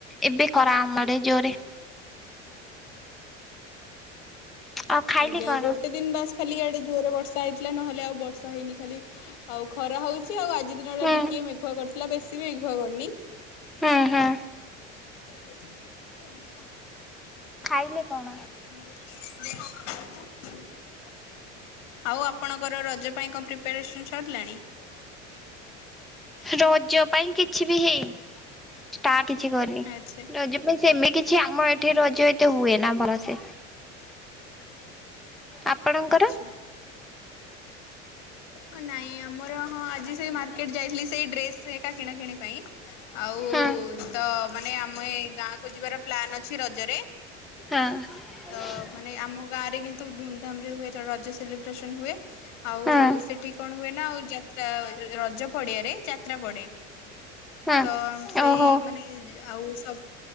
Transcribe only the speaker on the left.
ଆଜ୍ଞା।
ଗୋଟେ ଦିନ ବାସ ଖାଲି ଇଆଡେ ଜୋରରେ ବର୍ଷା ହେଇଥିଲା ନହେଲେ ଆଉ ବର୍ଷା ହେଇନି। ଖାଲି ଆଉ ଖରା ହଉଚି, ଆଉ ଆଜି ଦିନ
ଟା ଟିକେ ମେଘୁଆ କରିଥିଲା ବେଶୀ ବି ମେଘୁଆ କରିନି।
<unintelligible>
<inaudible>
ଆଉ ଆପଣଙ୍କର ରଜ ପାଇଁ କଣ ପ୍ରିପାରେସନ ସରିଲାଣି?
ଆଚ୍ଛା
ଆଚ୍ଛା। ହଁ, ନାଇଁ ଆମର ହଁ ଆଜି ସେଇ ମାର୍କେଟ ଯାଇଥିଲି ସେଇ ଡ୍ରେସ ଏକା କିଣା କିଣି ପାଇଁ। ଆଉ
ତ ମାନେ ଆମ ଏ ଗାଁ କୁ ଯିବାର ପ୍ଲାନ ଅଛି ରଜରେ।
ତ ମାନେ ଆମ ଗାଁରେ କିନ୍ତୁ ଧୁମଧାମ ରେ ହୁଏ ରଜ ସେଲିବ୍ରେସନ ହୁଏ।
ଆଉ ସେଠି କଣ ହୁଏ ନା, ଆଉ ଯାତ୍ରା ରଜ ପଡିଆରେ ଯାତ୍ରା ପଡେ।
ତ ସେଇ
ମାନେ ଆଉ ସବ